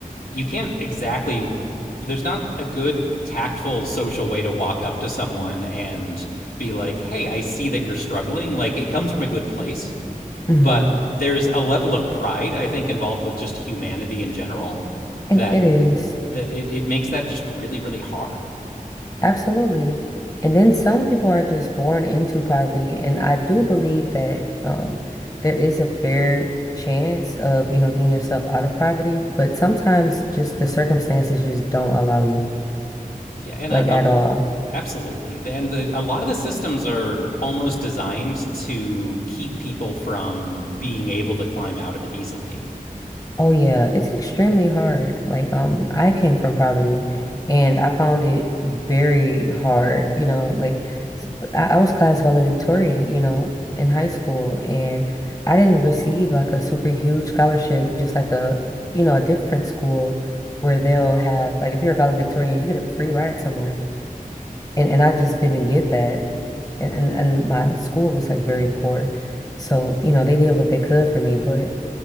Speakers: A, on the left (about 80°); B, on the left (about 25°).
A: you can't exactly. There's not a good tactful social way to walk up to someone and be like, "Hey, I see that you're struggling." Like it comes from a good place,
B: Mhm.
A: but there's a level of pride I think involved with just humanity in general that
B: And it is.
A: that it, it makes that just really really hard.
B: Absolutely. And then some people are just born into poverty. And I do believe that um, there is a fair chance of, you know, getting yourself out of poverty, but sometimes just the circumstances just don't allow you,
A: Yeah, and
B: like
A: a,
B: at
A: a
B: all.
A: Absolutely. And the a lot of the systems are almost designed to keep people from being able to climb out of it easily.
B: Oh yeah, it's extremely hard. Like, um, I came from poverty and I found it very hard, you know, like s- I, I was class valedictorian, you know, in high school and I didn't receive like a super huge scholarship, just like a, you know, a different school where they'll have like if you're a valedictorian, you get a free ride somewhere. And and I just didn't get that. And and, and my school was like very poor. So, you know, they did what they could for me, but